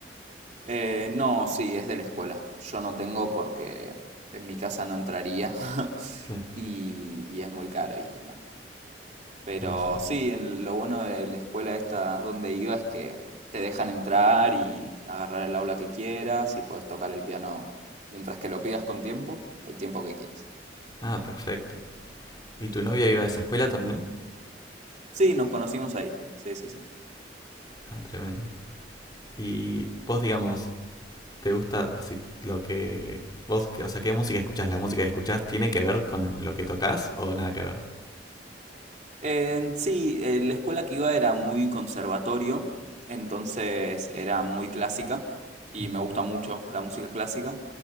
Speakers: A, on the right (about 40°); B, on the left (about 25°).
A: Eh, no, sí, es de la escuela. Yo no tengo porque en mi casa no entraría. <laughs>
B: Claro,
A: Y, y es muy caro y no. Pero
B: no sé.
A: sí, en lo bueno de la escuela esta donde iba es que te dejan entrar y agarrar el aula que quieras y puedes tocar el piano mientras que lo pidas con tiempo, el tiempo que quieras.
B: Ah, perfecto. ¿Y tu novia iba a esa escuela también?
A: Sí, nos conocimos ahí. Sí, sí, sí.
B: Ah, tremendo. Y vos, digamos, te gusta así lo que vos, o sea, qué música escuchás? ¿La música que escuchás tiene que ver con lo que tocas o nada que ver?
A: En sí, eh, la escuela que iba era muy conservatorio, entonces era muy clásica y
B: Mm.
A: me gusta mucho la música clásica.